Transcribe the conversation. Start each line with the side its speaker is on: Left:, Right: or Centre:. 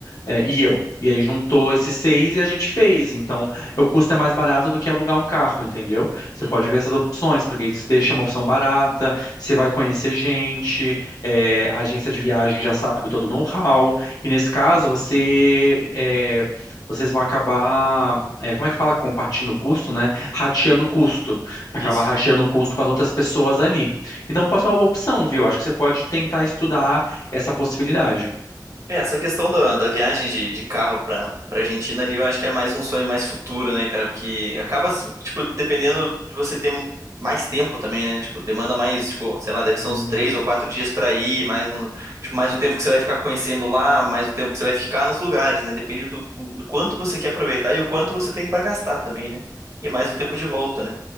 Left: É, e eu. E aí juntou esses seis e a gente fez. Então, o custo é mais barato do que alugar um carro, entendeu? Você
Right: uhum,
Left: pode ver essas opções, porque isso deixa uma opção barata, você vai conhecer gente, é, a agência de viagem já sabe todo o know-how. E nesse caso,
Right: uhum.
Left: você, é, vocês vão acabar, é, como é que fala? Compartindo o custo, né? Rateando o custo. Acabar
Right: Isso.
Left: rateando o custo com as outras pessoas ali. Então pode ser uma boa opção, viu? Acho que você pode tentar estudar essa possibilidade.
Right: É, essa questão da, da viagem de, de carro pra, pra Argentina ali, eu acho que é mais um sonho mais futuro, né, cara? Porque acaba, assim, tipo, dependendo de você ter mais tempo também, né? Tipo, demanda mais, tipo, sei lá, deve
Left: Hum.
Right: ser uns três ou quatro dias pra ir, mais um, tipo, mais o tempo que você vai ficar conhecendo lá, mais o tempo que você vai ficar nos lugares, né? Depende do, do quanto você quer aproveitar e o quanto você tem pra gastar também, né? E mais o tempo de volta, né?